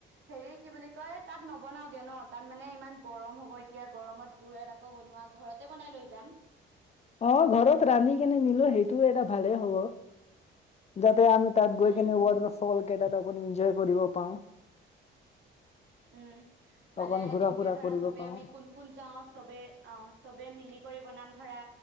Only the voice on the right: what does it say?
হেৰি কি বুলি কয় তাত ন- বনাওগে ন তাত মানে ইমান গৰম হ'ব এতিয়া গৰমত গৈ আকৌ বনোৱা ঘৰতে বনাই লৈ যাম।
উম,
উমঁ মানে
এতিয়া
ধৰা
চবে
আমি কোন- কোন যাওঁ চবেই অ চবে মিলি কৰি বনাম ধৰা।